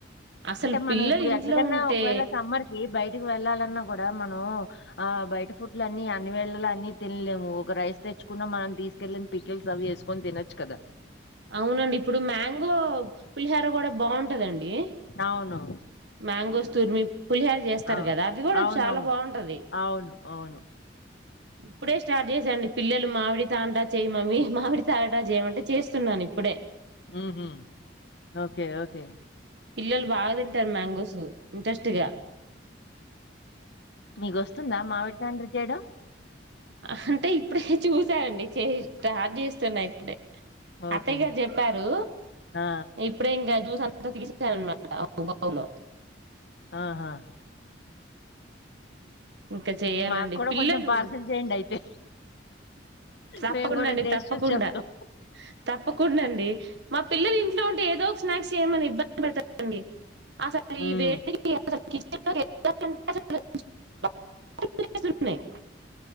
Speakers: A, on the right; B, on the left.
A: అసలు
B: అంటే మనం
A: పిల్లలు
B: ఇప్పుడు
A: ఇంట్లో
B: ఎక్కడికన్నా
A: ఉంటే
B: ఒకవేళ సమ్మర్ కి బయి ఇకి వెళ్ళాలన్నా కూడా మనం ఆ బయట ఫుడ్లు అన్ని అన్ని వెళ్ళలు అన్ని తినలేము ఒక రైస్ తెచ్చుకున్నా మనం తీసుకెళ్ళిన పికిల్స్ అవి వేసుకొని తినొచ్చు కదా
A: అవునండి ఇప్పుడు మ్యాంగో పులిహర కూడా బాగుంటదండి ఏ
B: అవును
A: మ్యాంగోస్ తూర్మి పులిహార చేస్తారు
B: ఆ
A: కదా అది కూడా
B: అవునవును
A: చాలా బాగుంటది
B: అవును అవును
A: ఇప్పుడే స్టార్ట్ చేసా అండి పిల్లలు మామిడి తండా చెయ్యి మమ్మీ మామిడి తండా చెయ్యమంటే చేస్ స్తున్నాను ఇప్పుడే
B: ఉహు ఓకే ఓకే
A: పిల్లలు బాగా తింటారు మ్యాంగోస్ ఇంట్రెస్ట్ గా
B: మీకోస్తుందా మామిడి తండ్ర చేయడం
A: అహ్ అంటే ఇప్పుడే చూసా అండి చే స్టార్ట్ చేస్తున్నా ఇప్పుడే
B: ఓకే
A: అత్తయ్య గారు చెప్పారు
B: ఆ
A: ఇప్పుడే ఇంకా జ్యూస్ అ తీసేసా అనమాట <unintelligible>
B: ఆహా
A: ఇంకా చెయాలండి
B: మాకు కూడా
A: పిల్లలు
B: కొంచెం పార్సిల్ చేయండి అయితే
A: తప్పకుండా
B: మేము కూడా
A: అండి
B: టేస్ట్
A: తప్పకుండా
B: చూసి చెప్తాం
A: తప్పకుండా అండి మా పిల్లలు ఇంట్లో ఉంటే ఏదో ఒక స్నాక్స్ చేయమని ఇబ్బం తారు అండి అసలు
B: ఉమ్,
A: ఇవేవీ <unintelligible> <unintelligible> <unintelligible>